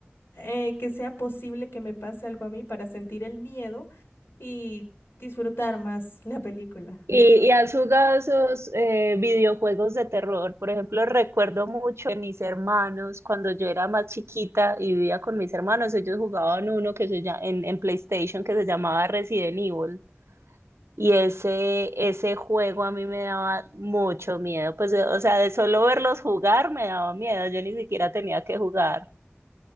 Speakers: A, on the left; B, on the right.
A: eh, que sea posible que me pase algo a mí para sentir el miedo y disfrutar más la película.
B: ¿Y, y has jugado esos eh, videojuegos de terror? Por ejemplo, recuerdo mucho que mis hermanos, cuando yo era más chiquita y vivía con mis hermanos, ellos jugaban uno que se llama, en, en PlayStation que se llamaba Resident Evil. Y ese, ese juego a mí me daba mucho miedo. Pues, o sea, de solo verlos jugar me daba miedo. Yo ni siquiera tenía que jugar.